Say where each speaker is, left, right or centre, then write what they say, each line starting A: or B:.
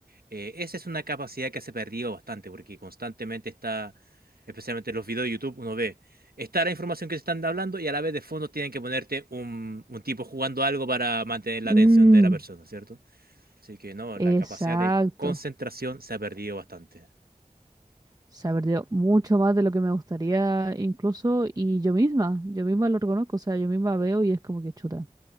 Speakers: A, on the right; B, on the right.
A: eh, esa es una capacidad que se ha perdido bastante, porque constantemente está, especialmente en los videos de YouTube, uno ve, está la información que te están hablando y a la vez de fondo tienen que ponerte un, un tipo jugando algo para mantener la
B: Mm,
A: atención de la persona, ¿cierto? Así que no,
B: exacto.
A: la capacidad de concentración se ha perdido bastante.
B: Se ha perdido mucho más de lo que me gustaría incluso y yo misma, yo misma lo reconozco, o sea, yo misma veo y es como que chuta.